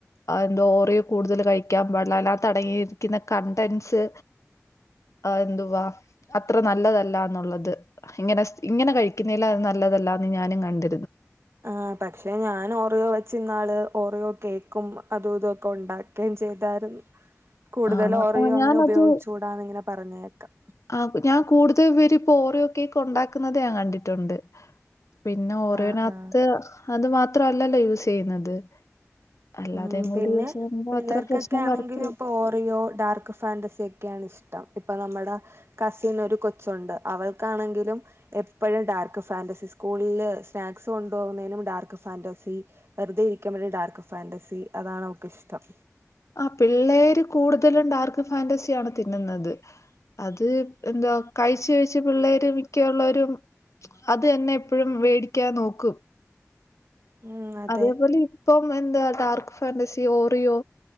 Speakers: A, on the left; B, on the right.
A: അതു ഓറിയോ കൂടുതൽ കഴിക്കാൻ പാടില്ല അതിനകത്ത്ടങ്ങിയിരിക്കുന്ന കണ്ടന്സ് എന്തുവാ അത്ര നല്ലതല്ലാന്നുള്ളത് ഇങ്ങനെ ഇങ്ങനെ കഴിക്കുന്നില്ല അത് നല്ലതല്ലാന്ന് ഞാനും കണ്ട്.
B: ആ പക്ഷേ ഞാൻ ഓറിയോ വെച്ചന്നാള് ഓറിയോ കേക്കും അതും ഇതൊക്കെ ഉണ്ടാക്കേം ചെയ്തായിരുന്നു. കൂടുതല്
A: ആണോ
B: ഓറിയോ
A: ആ, ഞാനത്
B: അങ്ങനെ ഉപയോഗിച്ചൂടാന്ന് ഇങ്ങനെ പറഞ്ഞേക്കാം
A: ആ ഞാൻ കൂടുതൽ പേരും ഇപ്പോ ഓറിയോ കേക്ക് ഉണ്ടാക്കുന്നത് ഞാൻ കണ്ടിട്ടുണ്ട്. പിന്നെ ഒറിയോനാകത്തു
B: ആ ആ
A: അത് മാ ത്രല്ലല്ലോ യൂസ് ചെയ്യുന്നത്. അല്ലാതെയും
B: ഉം
A: കൂടി
B: പിന്നെ
A: യൂസ് ചെയ്യുമ്പോൾ
B: പിള്ളേർക്കൊക്കെ
A: അത്ര പ്രശ്നം
B: ആണെങ്കിലും
A: വരത്തില്ല
B: ഇപ്പൊ ഓറിയോ ഡാർക്ക്‌ ഫാന്റസി ഒക്കെയാണ് ഇഷ്ടം. ഇപ്പൊ നമ്മട കസിൻ ഒരു കൊച്ചുണ്ട് അവൾ ക്കാണെങ്കിലും എപ്പഴും ഡാർക്ക് ഫാൻറസിസ് സ്കൂളിൽ സ്നാക്സ് കൊണ്ടുപോകുന്നതിനും ഡാർക്ക് ഫാന്റസി വെറുതെ ഇരിക്കുമ്പോഴും ഡാർക്ക് ഫ ഫാന്റസി അതാണ് അവൾക്കിഷ്ടം.
A: ആ പിള്ളേര് കൂടുതലും ഡാർക്ക് ഫാാന്റസിയാണ് തിന്നുന്നത് അത് എന്തുവാ കഴിച്ച് കഴിച്ച് പിള്ളേര് മിക്കോള്ളോരും അത് തന്നെ എപ്പോഴും വേടിക്കാൻ നോക്കും.
B: ഉം അതെ
A: അതേപോലെ ഇപ്പം എന്താ ഡാർക്ക് ഫാന്റസി ഓറിയോ